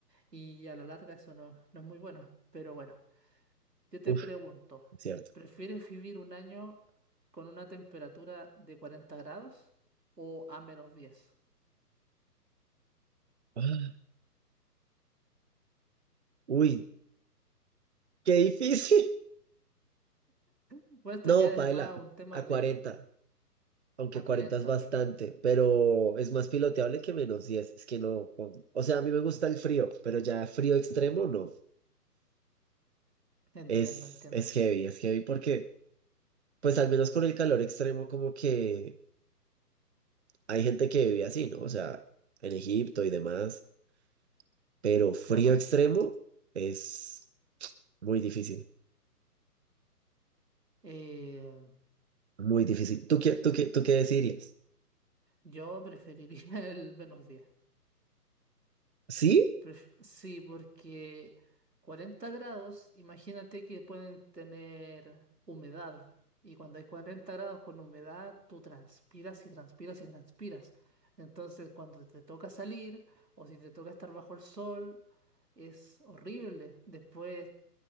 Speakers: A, on the right; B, on the right.
A: y a la larga eso no, no es muy bueno. Pero bueno,
B: <laughs>
A: yo te
B: uf,
A: pregunto,
B: es cierto.
A: ¿prefieres vivir un año con una temperatura de 40 grados o a menos 10?
B: Ah, Uy, qué difícil. <laughs>
A: Bueno, esto
B: No,
A: ya
B: paila,
A: es más un tema
B: a
A: de
B: cuarenta aunque
A: a 40,
B: 40 es bastante,
A: ok.
B: pero es más piloteable que menos diez Es que no, con- o sea, a mí me gusta el frío, pero ya frío extremo no.
A: Entiendo,
B: Es,
A: entiendo.
B: es heavy, es heavy porque... Pues al menos con el calor extremo, como que hay gente que vive así, ¿no? O sea, en Egipto y demás, pero frío
A: Claro.
B: extremo es muy difícil,
A: Eh,
B: muy difícil. ¿Tú qué, tú qué, tú qué decidirías?
A: yo preferiría <laughs> el menos 10.
B: ¿Sí?
A: Pref- sí, porque 40 grados, imagínate que pueden tener humedad. Y cuando hay 40 grados con humedad, tú transpiras y transpiras y transpiras. Entonces, cuando te toca salir o si te toca estar bajo el sol, es horrible. Después